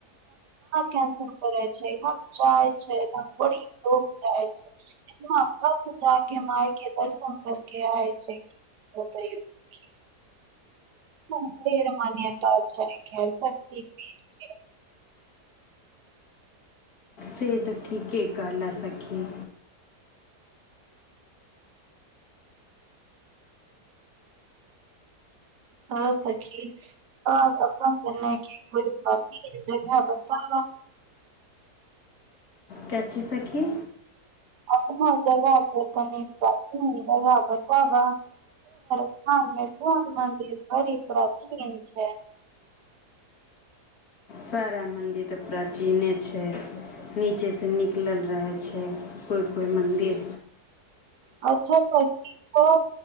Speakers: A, on the right; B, on the left.
A: कैंसिल करै छै एकदम जाइ छै बड़ी <inaudible> जाइ छै एतना भक्त जाइके मायकेँ दर्शन करके आय छै की कहि सखी हँ फेर मन ये ओतए जायकेँ शक्ति पीठके <inaudible>
B: से तऽ ठीके कहला सखी
A: हँ सखी आओर अपन केना की कोइ प्राचीन जगह बताब
B: का चीज सखी
A: अपना जगहकेँ तनी प्राचीन जगह बताब स्थान कोइ मन्दिर भरी प्राचीन छै <inaudible>
B: सारा मन्दिर तऽ प्राचीने छै नीचेसँ निकलल रहैत छै कोइ कोइ मन्दिर
A: अच्छा तब ठीक ह